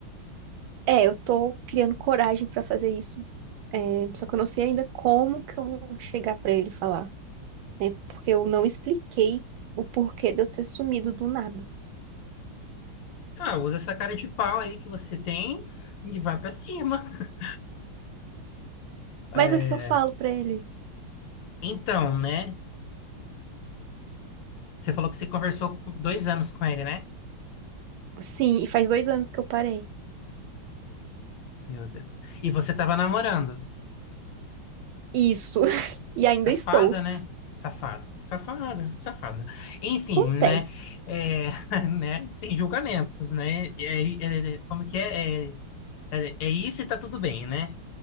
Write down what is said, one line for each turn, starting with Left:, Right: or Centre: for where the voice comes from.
Right: É, eu tô criando coragem pra fazer isso. É, só que eu não sei ainda como que eu vou chegar pra ele e falar, né? Porque eu não expliquei o porquê de eu ter sumido do nada.
Left: Ah, usa essa cara de pau aí que você tem e vai pra cima. <laughs> É,
Right: Mas o que que eu falo pra ele?
Left: Então, né? Você falou que você conversou com- dois anos com ele, né?
Right: Sim, e faz dois anos que eu parei.
Left: Meu Deus. E você tava namorando.
Right: Isso. <laughs> E ainda
Left: Safada,
Right: estou.
Left: né? Safada, safada, safada. Enfim,
Right: Acontece.
Left: né? É, <laughs> né? Sem julgamentos, né? É, é- é- como que é? É, é, é isso e tá tudo bem, né?